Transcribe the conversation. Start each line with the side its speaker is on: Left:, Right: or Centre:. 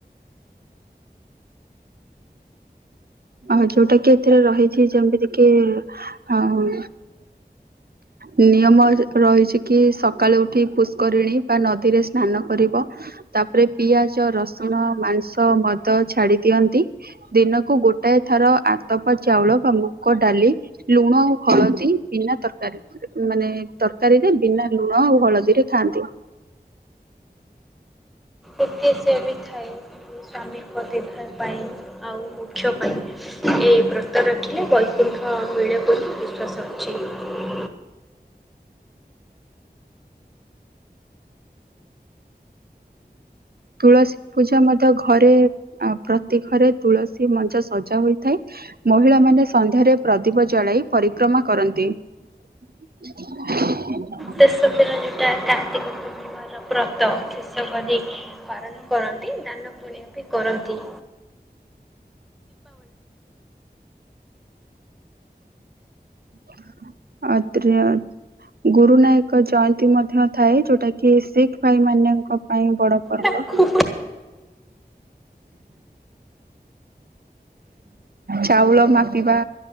Right: ଅ ହ ଯୋଉଟା କି ଏଥିରେ ରହିଚି ଯେମିତି କି ହଁ ନିୟମ ରହିଚି କି ସକାଳୁ ଉଠି ପୁଷ୍କରିଣୀ ବା ନଦୀରେ ସ୍ନାନ କରିବ। ତାପରେ ପିଆଜ ରସୁଣ ମାଂସ ମଦ ଛାଡି ଦିଅନ୍ତି ଦିନକୁ ଗୋ ଟାଏ ଥର ଆତ ବା ଚାଉଳ ବା ମୁଗ ଡାଲି ଲୁଣ ଆଉ ହଳଦୀ ବିନା ତରକାରୀ ମାନେ ତରକାରୀରେ ବିନା ଲୁଣ ଆଉ ହଳଦୀରେ ଖାଆନ୍ତି।
Centre: ଏତେସେ ବି ଥାଏ ସ୍ଵାମୀଙ୍କ ଦୀର୍ଘାୟୁ ପାଇଁ ଆଉ ମୋକ୍ଷ ପାଇଁ। ଏ ବ୍ରତ ରଖିଲେ ବୈକୁଣ୍ଠ ମିଳେ ବୋଲି ବିଶ୍ୱାସ ଅଛି।
Right: ତୁଳସୀ ପୂଜା ମଧ୍ୟ ଘରେ ଆଁ ପ୍ରତି ଘରେ ତୁଳସୀ ମଞ୍ଚ ସଜା ହୋଇଥାଏ। ମହିଳାମାନେ ସନ୍ଧ୍ୟାରେ ପ୍ରଦୀପ ଜଳାଇ ପରିକ୍ରମା କରନ୍ତି। <inaudible>
Centre: ଶେଷ ଦିନ ଯୋଉଟା କାର୍ତ୍ତିକ ପୂର୍ଣ୍ଣିମାର ବ୍ରତ ଶେଷ କରି ପାଳନ କରନ୍ତି ଦାନ ପୁଣ୍ୟ ବି କରନ୍ତି।
Right: <unintelligible> ଗୁରୁ ନାୟକ ଜୟନ୍ତୀ ମଧ୍ୟ ଥାଏ ଯୋଉଟା କି ଶିଖ ଭାଇ ମାନଙ୍କ ପାଇଁ ବଡ ପର୍ବ।
Centre: ତାକୁ ହଁ
Right: ଚାଉଳ ମାପିବା